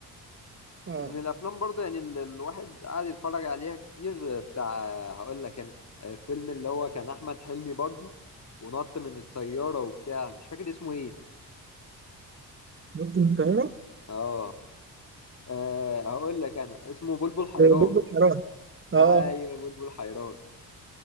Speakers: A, on the right; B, on the left.
A: اه
B: ومن الافلام برضه يعني ال- الواحد قاعد يتفرج عليها كتير آه، بتاع آه، هقول لك كان فيلم اللي هو كان احمد حلمي برضه ونط من الطياره وبتاع مش فاكر اسمه ايه
A: نط من الطياره
B: اه, آه هقول لك انا اسمه بلبل حيران
A: بوب حيران اه
B: ايوه بلبل حيران